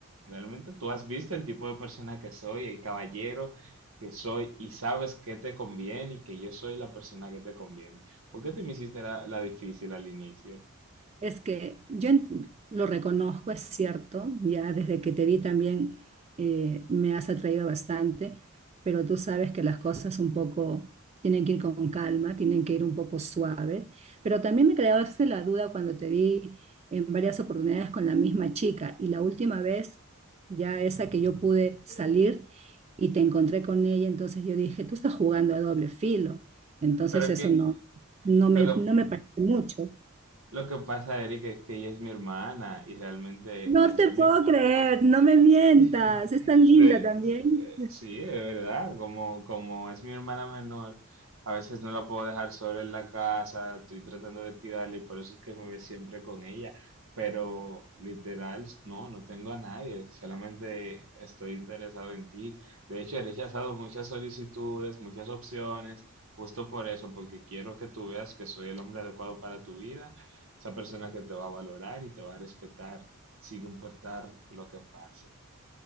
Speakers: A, on the right; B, on the right.
A: realmente tú has visto el tipo de persona que soy, el caballero que soy y sabes que te conviene y que yo soy la persona que te conviene. ¿Por qué te me hiciste la, la difícil al inicio?
B: Es que yo ent- lo reconozco, es cierto, ya desde que te vi también eh, me has atraído bastante, pero tú sabes que las cosas un poco tienen que ir con calma, tienen que ir un poco suave, pero también me creaste la duda cuando te vi en varias oportunidades con la misma chica y la última vez, ya esa que yo pude salir y te encontré con ella, entonces yo dije, tú estás jugando a doble filo, entonces
A: Pero
B: eso
A: que
B: no, no me,
A: lo que
B: no me parece mucho.
A: lo que pasa, Erika, es que ella es mi hermana y realmente
B: No
A: al
B: te
A: ser
B: puedo
A: mi,
B: creer, no me mientas,
A: <laughs>
B: es tan linda
A: De,
B: también.
A: eh, sí, es verdad, como, como es mi hermana menor, a veces no la puedo dejar sola en la casa, estoy tratando de cuidarla y por eso es que me ve siempre con ella, pero literal, no, no tengo a nadie, solamente estoy interesado en ti. De hecho, he rechazado muchas solicitudes, muchas opciones, justo por eso, porque quiero que tú veas que soy el hombre adecuado para tu vida, esa persona que te va a valorar y te va a respetar, sin importar lo que pase.